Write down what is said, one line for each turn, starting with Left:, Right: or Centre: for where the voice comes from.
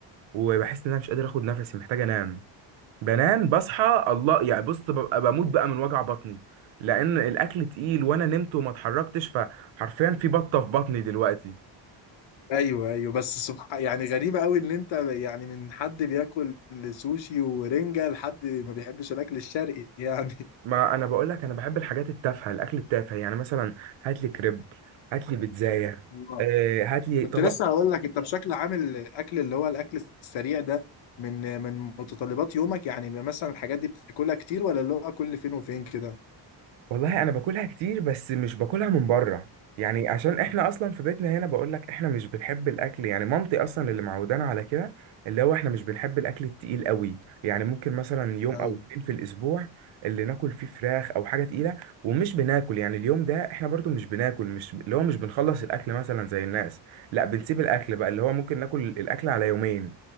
Right: وبحس ان انا مش قادر اخد نفسي محتاج انام بنام بصحى الله يعني بص ببقى بموت بقى من وجع بطني لان الاكل تقيل وانا نمت وما اتحركتش فحرفيا في بطه في بطني دلوقتي
Left: ايوه ايوه بس سبحان يعني غريبه قوي ان انت يعني من حد بياكل سوشي ورنجه لحد ما بيحبش الاكل الشرقي يعني
Right: ما انا بقول لك انا بحب الحاجات التافهه الاكل التافه يعني مثلا هات لي كريب هات لي بيتزايه
Left: <laughs>
Right: آه، هات لي
Left: كنت
Right: طبق
Left: لسه هقول لك انت بشكل عام الاكل اللي هو الاكل السريع ده من من متطلبات يومك يعني مثلا الحاجات دي بتاكلها كتير ولا اللي هو كل فين وفين كده
Right: والله انا باكلها كتير بس مش باكلها من بره يعني عشان احنا اصلا في بيتنا هنا بقولك احنا مش بنحب الاكل يعني مامتي اصلا اللي معودانا على كده اللي هو احنا مش بنحب الاكل التقيل قوي يعني ممكن مثلا يوم
Left: ايوه
Right: او اتنين في الاسبوع اللي ناكل فيه فراخ او حاجه تقيله ومش بناكل يعني اليوم ده احنا برضو مش بناكل مش اللي هو مش بنخلص الاكل مثلا زي الناس لا بنسيب الاكل بقى اللي هو ممكن ناكل الاكل على يومين